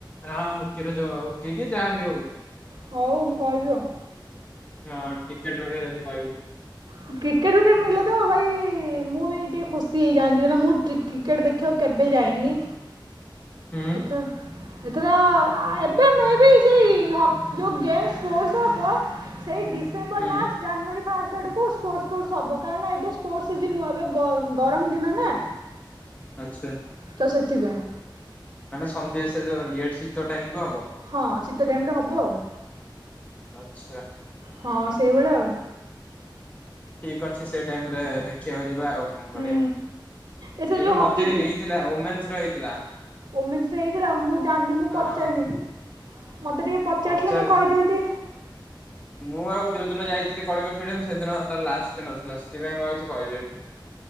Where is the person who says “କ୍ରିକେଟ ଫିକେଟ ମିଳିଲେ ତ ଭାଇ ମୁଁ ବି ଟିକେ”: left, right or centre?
Right